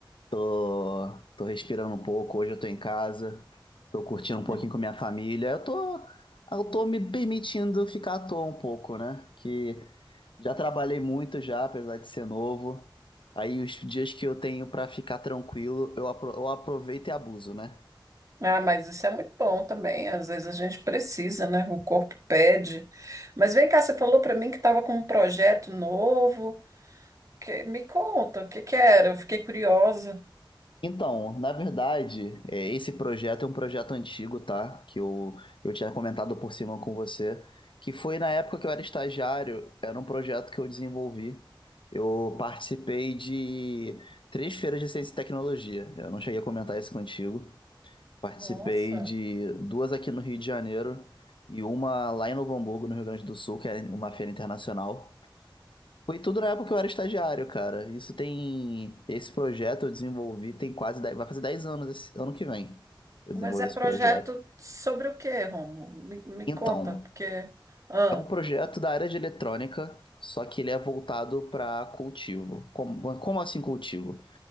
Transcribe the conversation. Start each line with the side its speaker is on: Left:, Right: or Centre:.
Left: Tô, tô respirando um pouco. Hoje eu tô em casa. Tô curtindo um pouquinho
Right: Hum.
Left: com minha família. Eu tô, eu tô me permitindo ficar à toa um pouco, né? Que já trabalhei muito já, apesar de ser novo. Aí os dias que eu tenho pra ficar tranquilo, eu apro- eu aproveito e abuso, né?
Right: Ah, mas isso é muito bom também. Às vezes a gente precisa, né? O corpo pede. Mas vem cá, você falou para mim que estava com um projeto novo. Que- Me conta, o que que era? Eu fiquei curiosa.
Left: Então, na verdade, é, esse projeto é um projeto antigo, tá? Que eu, eu tinha comentado por cima com você, que foi na época que eu era estagiário, era um projeto que eu desenvolvi. Eu participei de três feiras de ciência e tecnologia. Eu não cheguei a comentar isso contigo. Participei
Right: Nossa,
Left: de duas aqui no Rio de Janeiro e uma lá em Novo Hamburgo, no Rio Grande do Sul, que era uma feira internacional. Foi tudo na época que eu era estagiário, cara. Isso tem. Esse projeto eu desenvolvi tem quase 10, vai fazer 10 anos esse ano que vem. Eu desenvolvi
Right: mas é
Left: esse
Right: projeto
Left: projeto.
Right: sobre o quê, Rômulo? Me, me
Left: Então,
Right: conta, porque. Ah,
Left: é um projeto da área de eletrônica, só que ele é voltado para cultivo. Como, como assim cultivo?